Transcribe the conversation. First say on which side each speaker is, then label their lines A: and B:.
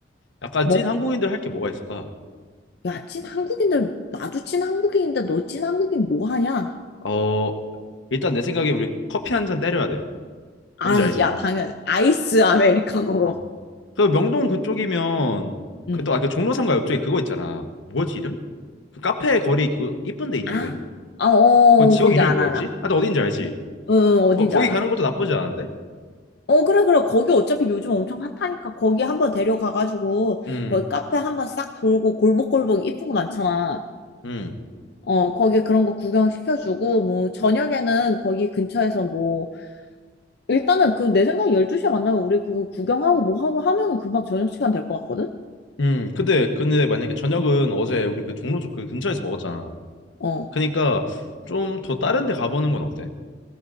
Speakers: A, on the left; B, on the left.
A: 약간
B: 먹고,
A: 찐 한국인들 할 게 뭐가 있을까?
B: 야, 찐 한국인들, 나도 찐 한국인인데 너 찐 한국인 뭐 하냐?
A: 어, 일단 내 생각에 우리 커피 한 잔 때려야 돼.
B: 아,
A: 뭔지 알지?
B: 야, 당연히 아이스 아메리카노로.
A: 어. 그 명동 그쪽이면
B: 응.
A: 그 또 아 그 종로 삼가 옆쪽에 그거 있잖아. 뭐지 이름? 그 카페 거리 그 이쁜 데 있는데.
B: 아, 아, 어,
A: 그 지역
B: 거기
A: 이름이
B: 안
A: 뭐였지?
B: 알아.
A: 하여튼 어딘지 알지?
B: 응, 응, 어딘지
A: 어, 거기
B: 알아.
A: 가는 것도 나쁘지 않은데?
B: 어, 그래, 그래. 거기 어차피 요즘 엄청 핫하니까 거기 한번 데려가가지고
A: 음,
B: 거기 카페 한번 싹 돌고 골목골목 이쁜 거 많잖아.
A: 음,
B: 어, 거기 그런 거 구경시켜주고 뭐 저녁에는 거기 근처에서 뭐 일단은 그 내 생각에 12시에 만나면 우리 그거 구경하고 뭐 하고 하면은 금방 저녁 시간 될 것 같거든?
A: 음, 근데, 근데 만약에 저녁은
B: 응.
A: 어제 우리 그 종로 쪽 그 근처에서 먹었잖아.
B: 어.
A: 그니까 좀 더 다른 데 가보는 건 어때?